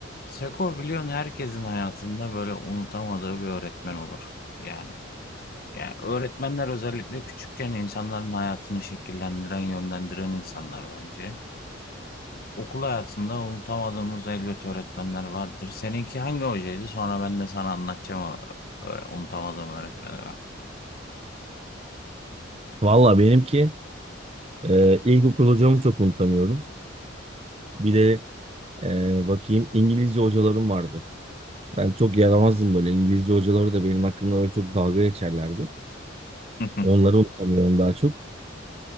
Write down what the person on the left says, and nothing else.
Seko biliyorsun herkesin hayatında böyle unutamadığı bir öğretmen olur. Yani, yani öğretmenler özellikle küçükken insanların hayatını şekillendiren, yönlendiren insanlar bence. Okul hayatında unutamadığımız elbet öğretmenler vardır. Seninki hangi hocaydı? Sonra ben de sana anlatacağım o öğre- unutamadığım öğretmenleri.
Hı hı,